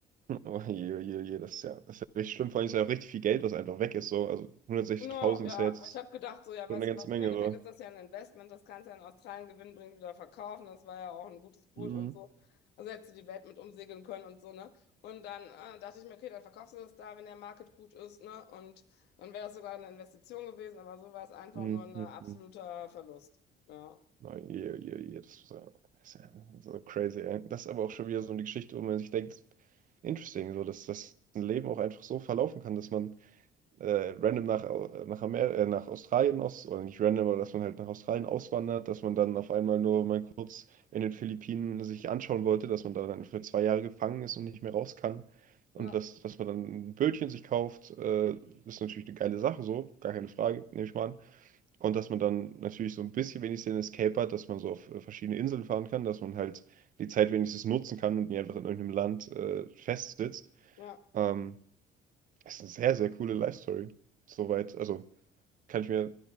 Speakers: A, on the right; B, on the left.
A: Oh je, oh je, oh je, das ist ja, das ist ja richtig schlimm. Vor allem ist ja auch richtig viel Geld, was einfach weg ist. So. Also 160.000
B: Genau, ja.
A: ist ja jetzt
B: Ich habe gedacht, so, ja,
A: schon
B: weißt
A: eine ganze
B: du was,
A: Menge.
B: im Endeffekt ist das ja ein Investment, das kannst du ja in Australien gewinnbringend wieder verkaufen. Das war ja auch ein gutes Boot
A: So.
B: und so. Also hättest du die Welt mit umsegeln können und so, ne? Und dann äh, dachte ich mir, okay, dann verkaufst du das da, wenn der Market gut ist, ne? Und dann wäre das sogar eine Investition gewesen, aber so war es einfach
A: Hm,
B: nur ein
A: hm,
B: äh, absoluter
A: hm.
B: Verlust. Ja.
A: Nein, je, je, je, das ist ja, das ist ja so crazy, ey. Das ist aber auch schon wieder so eine Geschichte, wo man sich denkt, interesting, so, dass das ein Leben auch einfach so verlaufen kann, dass man äh, random nach, Au- nach, Amer äh, nach Australien aus, oder nicht random, aber dass man halt nach Australien auswandert, dass man dann auf einmal nur mal kurz in den Philippinen sich anschauen wollte, dass man da dann für zwei Jahre gefangen ist und nicht mehr raus kann. Und
B: Ja,
A: dass, dass man dann ein Bötchen sich kauft, äh, ist natürlich eine geile Sache, so, gar keine Frage, nehme ich mal an. Und dass man dann natürlich so ein bisschen wenigstens den Escape hat, dass man so auf äh, verschiedene Inseln fahren kann, dass man halt die Zeit wenigstens nutzen kann und nicht einfach in irgendeinem Land äh, festsitzt.
B: ja.
A: Ähm, ist eine sehr, sehr coole Life Story. Soweit, also kann ich mir,